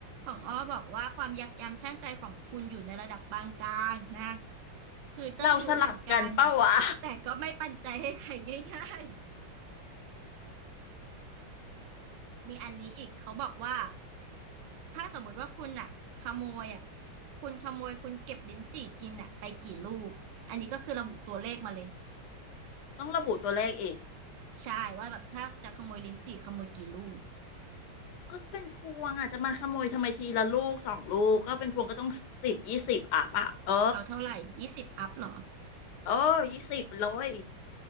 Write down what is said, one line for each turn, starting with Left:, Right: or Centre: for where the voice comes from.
Right: ของอ้อบอกว่าความยักย้ำชั่งใจของคุณอยู่ในระดับปานกลางนะคือเจ้าชู้เหมือนกัน
Left: เราสลับกันเป้าวะ
Right: แต่ก็ไม่ปันใจให้ใครง่าย มีอันนี้อีกเขาบอกว่าถ้าสมมุติว่าคุณอ่ะขโมยอ่ะคุณขโมยคุณเก็บลิ้นจี่กินอ่ะไปกี่ลูกอันนี้ก็คือระบุตัวเลขมาเลย
Left: ต้องระบุตัวเลขอีก
Right: ใช่ว่าแบบถ้าจะขโมยลิ้นจี่ขโมยกี่ลูก
Left: ก็เป็นพวงอ่ะจะมาขโมยทำไมทีละลูกสองลูก ก็เป็นพวงก็ต้องสิบยี่สิบอ่ะปะเออ
Right: เอาเท่าไหร่ยี่สิบอัพเหรอ
Left: เออยี่สิบเลย